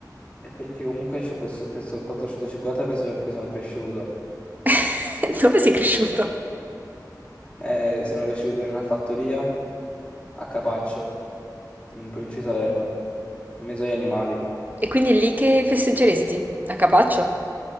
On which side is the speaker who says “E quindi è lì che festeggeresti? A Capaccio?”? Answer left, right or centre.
Right